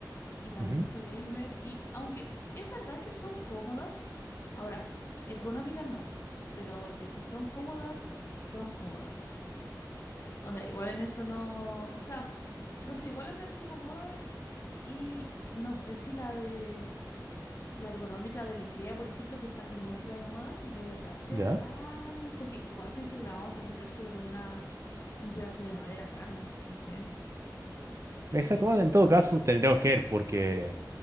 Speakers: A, on the left; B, on the right.
A: y también
B: Ujú.
A: fue gamer. Y aunque es verdad que son cómodas, ahora, ergonómicas no, pero de que son cómodas, son cómodas. Onda, igual en eso no. O sea, no sé, igual a mí me acomoda y no sé si la de. La ergonómica del IKEA, por ejemplo, que está como ultra de moda, de verdad sea
B: ¿Ya?
A: tan. Porque igual pienso que la vamos a poner sobre una. un pedazo de madera plano, no sé.
B: Exacto. Bueno, en todo caso, tendríamos que ver porque